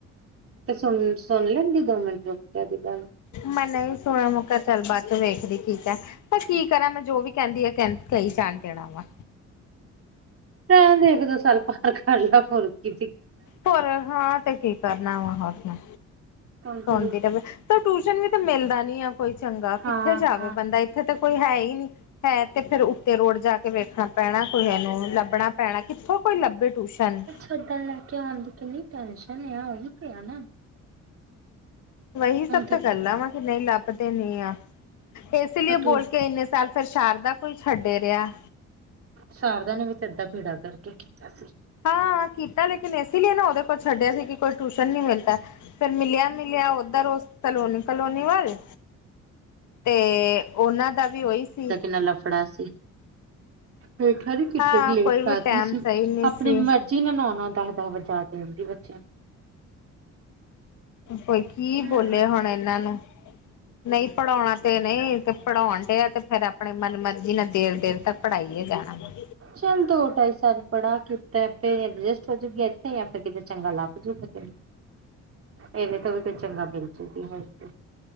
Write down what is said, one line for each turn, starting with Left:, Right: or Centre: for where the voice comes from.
Right: ਤੇ ਸੁਣ, ਸੁਣ ਲੈਂਦੀ ਦੋ ਮਿੰਟ ਰੁਕੇ ਓਦੀ ਗੱਲ।
Left: ਮੈਂ ਨਹੀਂ ਸੁਣਿਆ ਮੁ ਕਿਹਾ ਚੱਲ ਬਾਤੂੰ ਵੇਖਦੀ ਠੀਕ ਐ। ਪਰ ਕੀ ਕਰਾਂ ਮੈਂ, ਜੋ ਵੀ ਕਹਿੰਦੀ ਆ ਕ ਕਈ ਜਾਣ ਦੇਣਾ ਵਾ।
Right: ਰਹਿਣਦੇ ਇੱਕ- ਦੋ ਸਾਲ ਪਾਰ ਕਰ ਲਿਆ, ਫੁਰ ਕਿ।
Left: ਹੋਰ ਹਾਂ ਤੇ ਕੀ ਕਰਨਾ ਵਾ, ਹੋਰ। ਮੈਂ
Right: ਹੁਣ ਤੇਰੀ
Left: ਸੁਣਦੀ ਰਵੇ। ਤਾਂ ਟਿਊਸ਼ਨ ਵੀ ਤਾਂ ਮਿਲਦਾ ਨੀ ਆ ਕੋਈ ਚੰਗਾ,
Right: ਹਾਂ
Left: ਕਿੱਥੇ ਜਾਵੇ
Right: ਹਾਂ
Left: ਬੰਦਾ ਇੱਥੇ ਤਾਂ ਕੋਈ ਹੈ ਹੀ ਨਹੀਂ। ਹੈ ਤੇ ਫੇਰ ਉੱਤੇ ਰੋਡ ਜਾ ਕੇ ਵੇਖਣਾ ਪੈਣਾ, ਕੋਈ ਨੂੰ ਲੱਭਣਾ ਪੈਣਾ ਕਿੱਥੋਂ ਕੋਈ ਲੱਭੇ ਟਿਊਸ਼ਨ।
Right: ੱਦਾਂ ਲੈ ਕੇ ਆਉਣ ਦੀ ਕਿੰਨੀ ਟੈਨਸ਼ਨ ਆ ਉਹੀ ਤੇ ਆ ਨਾ।
Left: ਵਹੀ ਸਭ
Right: ਹੁਣ ਤੇ
Left: ਤਾਂ ਗੱਲਾਂ ਵਾਂ ਕਿ, ਨਹੀਂ ਲੱਭਦੇ ਨਹੀਂ ਆ। ਇਸ ਲਈ
Right: ਤੂੰ
Left: ਬੋਲ ਕੇ ਇੰਨੇ ਸਾਲ ਫੇਰ ਸ਼ਾਰਦਾ ਕੋਈ ਛੱਡੇ ਰਿਹਾ।
Right: ਸ਼ਾਰਦਾ ਨੇ ਵੀ ਤੇ ਅੱਧਾ ਬੇੜਾ ਗਰਕ ਹੀ ਕੀਤਾ ਸੀ।
Left: ਹਾਂ ਕੀਤਾ ਲੇਕਿਨ ਇਸ ਲਈ ਨਾ ਉਹਦੇ ਕੋਲ ਛੱਡਿਆ ਸੀ ਕਿ, ਕੋਈ ਟਿਊਸ਼ਨ ਨਹੀਂ ਮਿਲਦਾ। ਫੇਰ ਮਿਲਿਆ- ਮਿਲਿਆ ਉੱਧਰ ਉਸ ਕਲੋਨੀ। ਕਲੋਨੀ ਵੱਲ, ਤੇ ਉਹਨਾਂ ਦਾ ਵੀ ਉਹੀ ਸੀ।
Right: ਨਾਲ ਲਫੜਾ ਸੀ। ਵਖੇਆ ਨੀ ਕਿੱਡੀ
Left: ਹਾਂ
Right: ਗ ਲੇਟ
Left: ਕੋਈ
Right: ਕਰਦੀ
Left: ਵੀ ਟਾਈਮ
Right: ਸੀ,
Left: ਸਹੀ ਨਹੀਂ
Right: ਆਪਣੀ
Left: ਸੀ।
Right: ਮਰਜ਼ੀ, ਵੀ ਨੌ- ਨੌ ਦਸ- ਦਸ ਵਜਾ ਦੇ ਹਣਦੀ ਬੱਚਿਆਂ ਨੂੰ।
Left: ਕੋਈ ਕੀ
Right: ਨੂੰ।
Left: ਬੋਲੇ ਹੁਣ ਇਹਨਾਂ ਨੂੰ, ਨਹੀਂ ਪੜਾਉਣਾ ਸੀ। ਤੇ ਨਹੀਂ ਤੇ ਪੜ੍ਹਾਉਣ ਡਿਆ ਤੇ ਫੇਰ ਆਪਣੇ ਮਨ ਮਰਜੀ ਨਾਲ ਦੇਰ ਦੇਰ ਤੱਕ ਪੜ੍ਹਾਈਏ ਜਾਣਾ ਵ
Right: ਚੱਲ ਦੋ ਢਾਈ ਸਾਲ ਪੜਾ ਕਿਤੇ ਅਡਜਸਟ ਹੋਜੂਗੀ ਇੱਥੇ ਜਾਂ ਫਿਰ ਕਿਤੇ ਚੰਗਾ ਲੱਭ ਜਾੂਗਾ ਇਹਦੇ ਤੋਂ ਵੀ ਕੋਈ ਚੰਗਾ ਮਿਲ ਜੂਗੀ ਹੋਰ ਕੀ ਹੈ